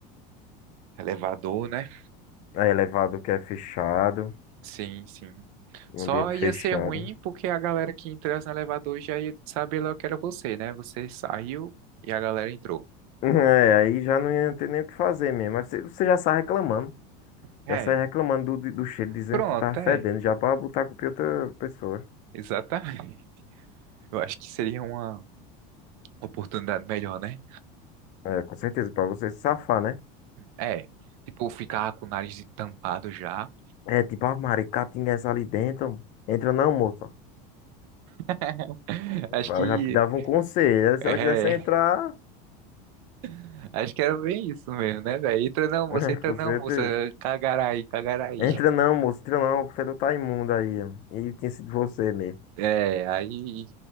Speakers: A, on the right; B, on the left.
A: elevador, né?
B: é elevado que é fechado,
A: Sim, sim.
B: um
A: Só
B: ambiente
A: ia
B: fechado.
A: ser ruim porque
B: <laughs>
A: a galera que entrasse no elevador já ia saber logo que era você, né? Você saiu e a galera entrou.
B: É, aí já não ia ter nem o que fazer mesmo. Mas você, você já sai reclamando.
A: É,
B: Já sai reclamando do, do cheiro, dizendo
A: pronto,
B: que tá fedendo,
A: é,
B: já pra botar a culpa em outra pessoa.
A: exatamente. <laughs> Eu acho que seria uma oportunidade melhor, né?
B: É, com certeza, pra você se safar, né?
A: É, tipo, ficar com o nariz tampado já.
B: É, tipo, a maricatinga essa ali dentro. Entra não, moça.
A: <laughs> Acho
B: Fala,
A: que
B: já dava um conselho. né? Se
A: é,
B: ela quisesse entrar,
A: <laughs> acho que era bem isso mesmo, né, velho? Entra não,
B: <laughs>
A: você
B: é,
A: entra
B: com
A: não,
B: certeza.
A: moça, cagarai, cagarai.
B: Entra não, moço, entra não. O fedor tá imundo aí, ó. E tinha sido você mesmo.
A: É, aí,